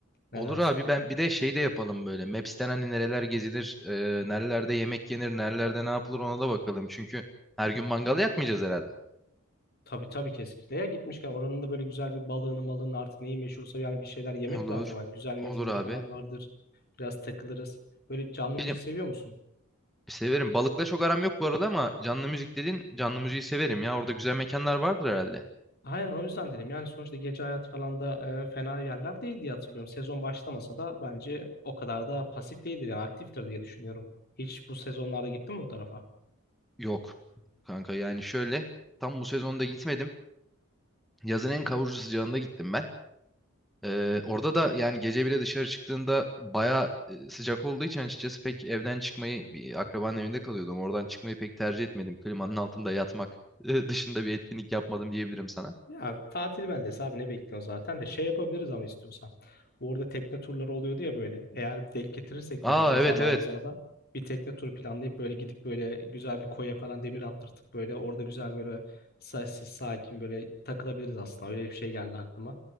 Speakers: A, on the left; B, in the centre.
A: Ne
B: Olur
A: dersin?
B: abi ben bir de şey de yapalım böyle. Maps'ten hani nereler gezilir, e, nerelerde yemek yenir, nerelerde ne yapılır ona da bakalım. Çünkü her gün mangal yakmayacağız herhalde.
A: Tabii tabii kesinlikle. Ya gitmişken oranın da böyle güzel bir balığını malını artık neyi meşhursa yani bir şeyler yemek
B: Olur.
A: lazım. Hani güzel mezeleri
B: Olur abi.
A: falan vardır. Biraz takılırız. Böyle canlı müzik
B: Benim
A: seviyor musun?
B: severim. Balıkla çok aram yok bu arada ama canlı müzik dedin. Canlı müziği severim ya. Orada güzel mekanlar vardır herhalde.
A: Aynen o yüzden dedim. Yani sonuçta gece hayatı falan da e, fena yerler değil diye hatırlıyorum. Sezon başlamasa da bence o kadar da pasif değildir yani aktiftir diye düşünüyorum. Hiç bu sezonlarda gittin mi o tarafa?
B: Yok. Kanka yani şöyle tam bu sezonda gitmedim. Yazın en kavurucu sıcağında gittim ben. Ee, orada da yani gece bile dışarı çıktığında baya sıcak olduğu için açıkçası pek evden çıkmayı bir akrabanın evinde kalıyordum. Oradan çıkmayı pek tercih etmedim. Klimanın altında yatmak e, dışında bir etkinlik yapmadım diyebilirim sana.
A: Ya tatil beldesi abi ne bekliyorsun zaten de şey yapabiliriz ama istiyorsan. Bu arada tekne turları oluyordu ya böyle. Eğer denk getirirsek
B: Aa
A: böyle bizim
B: evet
A: zamanımıza
B: evet.
A: da bir tekne turu planlayıp böyle gidip böyle güzel bir koya falan demir attırtıp böyle orada güzel böyle sessiz sakin böyle takılabiliriz aslında. Öyle bir şey geldi aklıma.